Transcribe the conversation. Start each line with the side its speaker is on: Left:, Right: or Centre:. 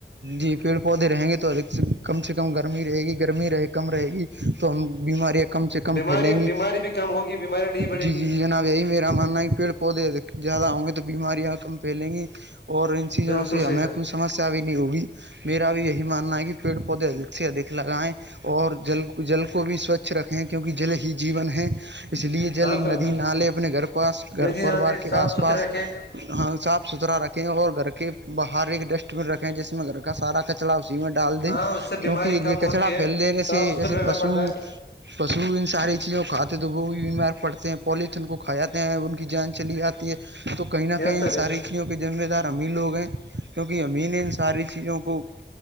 Right: جی پیڑ پودے رہیں گے تو ادھک سے کم سے کم گرمی رہے گی گرمی رہے کم رہے گی تو ہم بیماریاں کم سے کم
Left: بیماری
Right: پھیلیں گی
Left: بیماری بھی کم ہوگی بیماریاں نہیں بڑھے
Right: جی جی
Left: گی
Right: جی جناب یہی میرے ماننا ہے پیڑ پودے زیادہ ہوں گے تو بیماریاں کم پھیلیں گی اور ان چیزوں
Left: بالکل
Right: سے
Left: صحیح
Right: ہمیں
Left: سر
Right: کوئی سمسیا بھی نہیں ہوگی میرا بھی یہی ماننا ہے کہ پیڑ پودے ادھک سے ادھک لگائیں اور جل جل کو بھی سوچھ رکھے کیونکہ جل ہی جیون ہے اس لیے
Left: ہاں
Right: جل
Left: سر
Right: ندی
Left: سر
Right: نالے اپنے گھر پاس گھر
Left: ندی
Right: پروار
Left: زیادہ
Right: کے
Left: صاف
Right: آس
Left: ستھرے
Right: پاس
Left: رکھے
Right: ہاں صاف ستھرا رکھیں اور گھر کے باہر ایک ڈسٹ رکھیں جس میں گھر کا سارا کچرا اسی میں ڈال دیں
Left: ہاں اس سے بیماری
Right: کیوںکہ
Left: کم
Right: یہ
Left: ہوتی
Right: کچڑا
Left: ہے
Right: پھیل دینے
Left: صاف
Right: سے
Left: ستھرا
Right: جیسے
Left: رہنا
Right: پشوت
Left: پڑتا ہے
Right: پشو ان ساری چیزوں کو کھاتے ہیں تو وہ بھی بیمار پڑتے ہیں پولیتن کو کھا جاتے ہیں ان کی جان چلی جاتی ہے تو کہیں نہ
Left: یس
Right: کہیں
Left: سر
Right: ان
Left: یس
Right: ساری
Left: سر
Right: چیزوں کے ذمہ دار ہم ہی لوگ ہیں کیونکہ ہم ہی نے ان ساری چیزوں کو